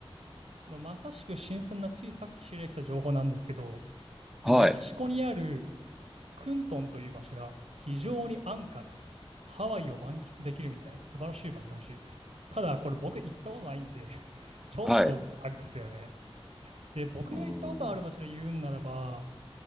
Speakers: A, on the right (about 85°); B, in the centre.
A: まあ、まさしく新鮮なついさっき知り合ってきた情報なんですけど、
B: はい、
A: メキシコにあるクントンという場所が非常に安価でハワイを満喫できるみたいな素晴らしい場所らしいです。ただこれ僕行ったことないんで、<laughs> ちょっとあれですよね。
B: はい。う
A: で、僕が行ったことある場所で言うんならば、
B: ーん。